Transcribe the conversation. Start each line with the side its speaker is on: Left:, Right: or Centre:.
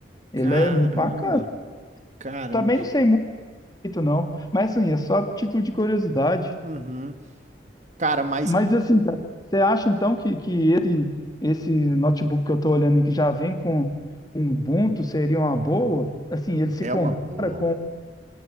Left: Ele
Right: Caramba,
Left: é muito bacana.
Right: caramba.
Left: Também não sei muito direito, não. Mas assim, é só título de curiosidade.
Right: Uhum. Cara, mas
Left: Mas assim, cara, você acha então que, que e- esse notebook que eu estou olhando e que já vem com um Ubuntu seria uma boa? Assim, ele se
Right: é
Left: compara
Right: uma boa.
Left: com,